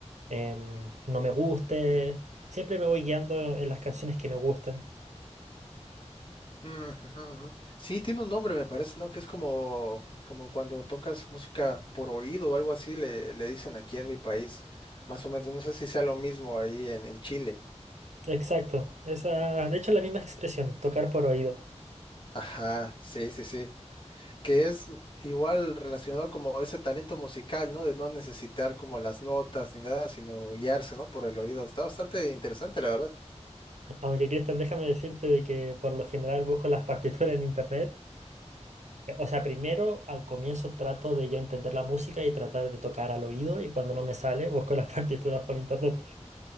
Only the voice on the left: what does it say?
Mm, ujú, ujú. Sí, tiene un nombre, me parece, ¿no? Que es como, como cuando tocas música por oído o algo así, le, le dicen aquí en mi país. Más o menos, no sé si sea lo mismo ahí en en Chile.
Ajá, sí, sí, sí. Que es igual relacionado como ese talento musical, ¿no? De no necesitar como las notas ni nada, sino guiarse, ¿no? Por el oído. Está bastante interesante, la verdad.